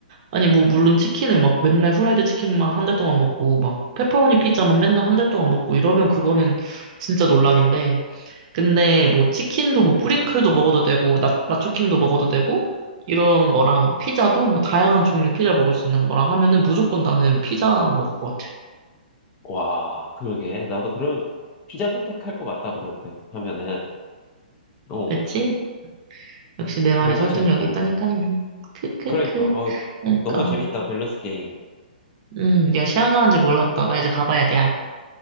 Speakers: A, on the right (about 45°); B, on the left (about 25°).
A: 아니, 뭐, 물론 치킨을 막 맨날 후라이드 치킨만 한 달 동안 먹고, 막, 페퍼로니 피자만 맨날 한 달 동안 먹고 이러면 그거는 진짜 논란인데. 근데 뭐, 치킨도 뭐, 뿌링클도 먹어도 되고, 나, 나초킹도 먹어도 되고, 이런 거랑 피자도 뭐, 다양한 종류의 피자 먹을 수 있는 거랑 하면은 무조건 나는 피자 먹을 것 같아.
B: 와, 그러게. 나도 그런 피자 선택할 것 같다, 그러면, 하면은. 어,
A: 그치? 역시 내 말이
B: 너무
A: 설득력이
B: 재밌다.
A: 있다니까는. 크크크.
B: 그러니까, 어,
A: 그러니까.
B: 너무 재밌다, 밸런스 게임.
A: 음, 야, 시간 가는 줄 몰랐다. 나 이제 가봐야 돼, 야.